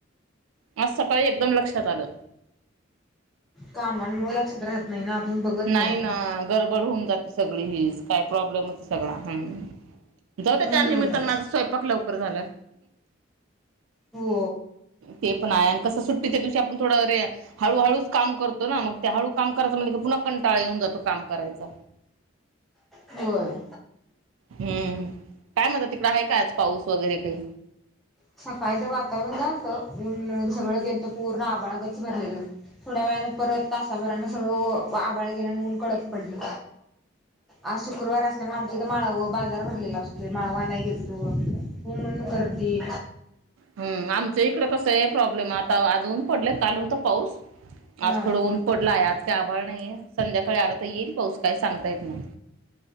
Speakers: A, on the right; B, in the centre.
A: आज सकाळी एकदम लक्षात आलं.
B: कामामुळे लक्षात राहत नाही ना. आपण बघत
A: नाही ना, गडबड होऊन जाते सगळी हीच काय प्रॉब्लेम होते सगळा हम् जाऊद्या त्यानमित्तान
B: म्हणूनच
A: माझा स्वयंपाक लवकर झालं.
B: हो.
A: ते पण आहे आणि कसं सुट्टी त्या दिवशी आपण थोडं अरे हळूहळूच काम करतो ना, मग त्या हळू काम करायं म्हणज पुन्हा कंटाळा येऊन जातो काम करायचा.
B: होय.
A: हम्म काय म्हणतो, तिकडं आहे का आज पाऊस वगैरे काही?
B: सकाळी तर वातावरण झालत, न सगळं गेल तर पूर्ण आभाळ गच्च भरलेलं थोड्या वेळन परत तासाभरान सगळं आभाळ गेल. आणि ऊन कडक पडलं. आज शुक्रवार असल्यामुळे आमच्या इथ माळव बाजार भरलेला असतोय. माळवा आणायला गेलतो. हो म्हणून गर्दी
A: हम आमच्या इकड कसं, प्रॉब्लेम आता आज ऊन पडलय काल होता पाऊस.
B: हा
A: आज थोडं ऊन पडलाय, आज काय आभाळ नाहीये, संध्याकाळी आला तर येईल पाऊस काय सांगता येत नाही.